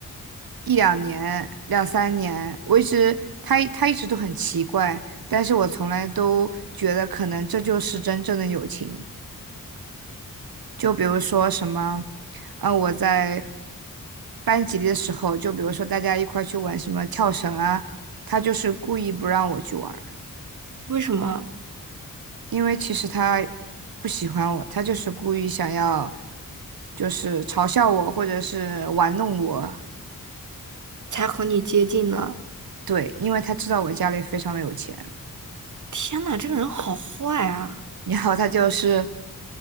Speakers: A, on the right; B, on the right.
A: 一两年、两三年，我一直他他一直都很奇怪，但是我从来都觉得可能这就是真正的友情。就比如说什么，呃，我在班级里的时候，就比如说大家一块去玩什么跳绳啊，他就是故意不让我去玩儿
B: 为什么
A: 因为其实他不喜欢我，他就是故意想要就是嘲笑我或者是玩弄我。
B: 才和你接近呢？
A: 对，因为他知道我家里非常的有钱。
B: 天呐，这个人好坏啊！
A: 然后他就是